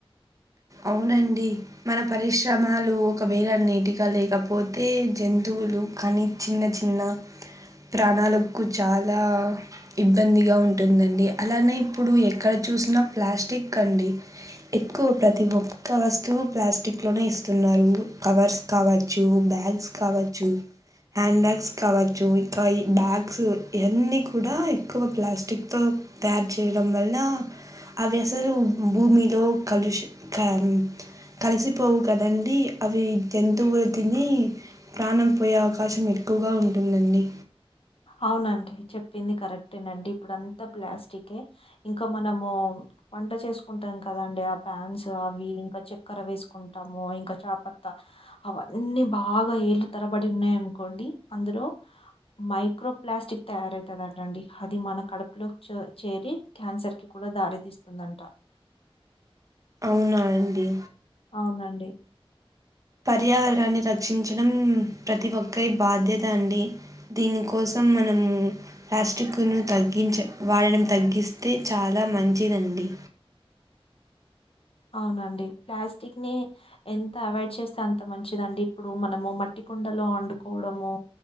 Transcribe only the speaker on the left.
అవునండి చెప్పింది కరెక్టేనండి ఇప్పుడు అంతా ప్లాస్టికే ఇంకా మనము వంట చేసుకుంటాం కదండి ఆ ప్యాన్స్ అవి ఇంకా చక్కెర వేసుకుంటాము ఇంకా చాపత్తా అవన్నీ బాగా ఏలు తరబడి ఉన్నాయనుకోండి అందులో మైక్ మైక్రో ప్లాస్టిక్ తయారవుతదంట అండి అది మన కడుపులోకి చేరి క్యాన్సర్ కి కూడా దారి తీస్ వస్తుందంట
అవునండి
అవునండి ప్లాస్టిక్ ని ఎంత అవాయిడ్ చేస్తే అంత మంచిదండి ఇప్పుడు మనము మట్టి కుండలో వండుకోవడము